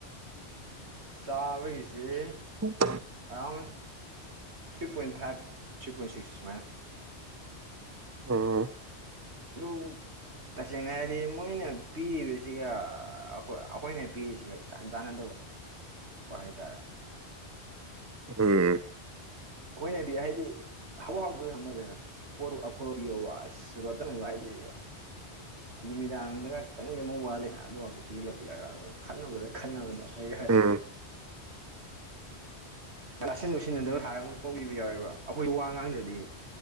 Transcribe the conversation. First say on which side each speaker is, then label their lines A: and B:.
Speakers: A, on the right (about 75°); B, on the right (about 20°).
A: ꯆꯥꯕꯒꯤꯁꯦ
B: ꯎꯝ <inaudible>
A: around three point five three point six ꯁꯨꯃꯥꯏꯅ
B: ꯎꯝ
A: ꯑꯗꯨ ꯇꯁꯦꯡꯅ ꯍꯥꯏꯔꯗꯤ ꯃꯣꯏꯅ ꯄꯤꯔꯤꯕꯁꯤꯒꯈꯣꯏ ꯑꯩꯈꯣꯏꯅ ꯄꯤꯔꯤꯁꯤꯒ ꯏꯆꯥꯟ ꯆꯥꯟꯅꯗꯕ ꯍꯥꯏꯇꯥꯔꯦ
B: ꯎꯝ
A: ꯑꯩꯈꯣꯏꯅꯕꯤ ꯍꯥꯏꯗꯤ ꯍꯋꯥ ꯍꯥꯎꯕꯗ ꯑꯃꯨꯛ ꯂꯩꯔ ꯄꯣꯠꯇꯨ ꯑꯐꯥꯕ ꯄꯤꯌꯣꯕ ꯑꯁ ꯔꯣꯇꯟ ꯑꯣꯏꯕꯥ ꯍꯥꯏꯗꯤ ꯅꯨꯃꯤꯗꯥꯡꯗꯒ ꯈꯤꯇꯪ ꯂꯦꯝꯍꯧ ꯋꯥꯠꯂꯦꯅ ꯑꯗꯨꯨꯝꯕꯁꯨ ꯄꯤꯁꯤꯜꯂꯛꯄ ꯌꯥ ꯈꯠꯅꯕꯗ ꯈꯟꯅꯕꯗ ꯃꯣꯏ
B: ꯎꯝ
A: ꯇꯥꯁꯤꯟ ꯎꯁꯤꯟꯅꯗꯕ ꯁꯥꯔꯒ ꯃꯣꯏ ꯄꯪꯄꯤ ꯄꯤꯕꯥ ꯌꯥꯎꯋꯦꯕ ꯑꯩꯈꯣꯏ ꯋꯥ ꯉꯥꯡꯗ꯭ꯔꯗꯤ